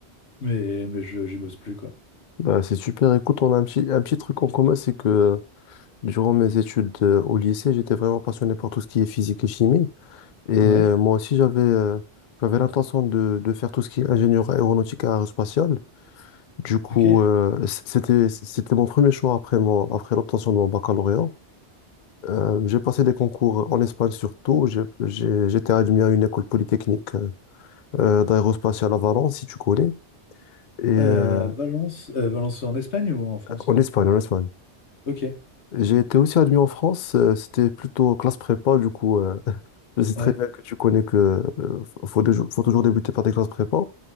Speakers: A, on the left; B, on the left.
A: Mais, mais je, j'y bosse plus, quoi.
B: Bah c'est super. Écoute, on a un petit, un petit truc en commun, c'est que euh, durant mes études euh, au lycée, j'étais vraiment passionné par tout ce qui est physique et chimie. Et euh,
A: Ouais,
B: moi aussi, j'avais euh, j'avais l'intention de, de faire tout ce qui est ingénieur aéronautique et aérospatial. Du coup,
A: ok.
B: euh, c- c'était, c'était mon premier choix après, mon, après l'obtention de mon baccalauréat. Euh, j'ai passé des concours en Espagne surtout. J'ai, j'ai- j'étais admis à une école polytechnique euh, euh, d'aérospatiale à Valence, si tu connais. Et euh,
A: Euh, Valence, euh, Valence en Espagne ou en France?
B: en Espagne, en Espagne.
A: Ok,
B: J'ai été aussi admis en France. euh, c'était plutôt classe prépa, du coup. euh, <laughs> je sais
A: ouais,
B: très bien que tu connais que euh, faut, faut toujours débuter par des classes prépa.